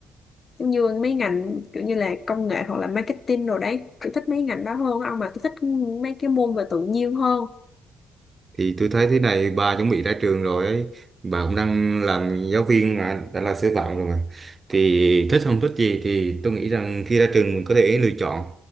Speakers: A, on the left (about 40°); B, on the right (about 30°).
A: giống như mấy ngành kiểu như là công nghệ hoặc là marketing rồi đấy tôi thích mấy ngành đó hơn ông mà tôi thích mấy cái môn về tự nhiên hơn
B: thì tôi thấy thế này bà chuẩn bị ra trường rồi ấy bà cũng đang làm giáo viên mà đã là sư phạm rồi mà thì thích không thích gì thì tôi nghĩ rằng khi ra trường mình có thể lựa chọn